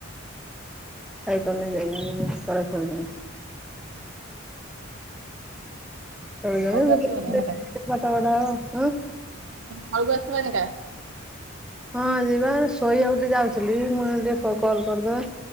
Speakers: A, in the centre; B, on the right.
A: ସାଇକଲ୍ ନେଇ ଯାଇଚନ୍ତି ତଳେ ଖେଳୁଚନ୍ତି।
B: ହଁ।
A: ଖେଳିବେ
B: ତଳକୁ ଆସିବନି
A: ଟିକେ ବୁଲିବେ
B: ଏଇନାକେ
A: ପାଠ ପଢା ହବ ଉଁ।
B: ଘରକୁ <inaudible> ଆସିବନି କା।
A: ହଁ ଯିବା ଶୋଇଆକୁ ଟିକେ ଯାଉଥିଲି ମୁଁ ଏବେ ଟିକେ କଲ୍ କଲ।